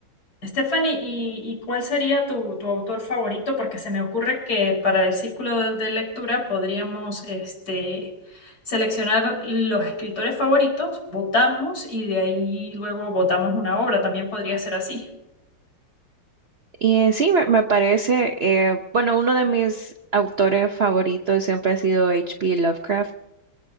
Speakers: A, on the left; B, on the right.
A: Stephanie, ¿y, y cuál sería tu, tu autor favorito? Porque se me ocurre que para el círculo de, de lectura podríamos este, seleccionar los escritores favoritos, votamos y de ahí luego votamos una obra, también podría ser así.
B: y eh, sí, me, me parece, eh, bueno, uno de mis autores favoritos siempre ha sido H. P. Lovecraft.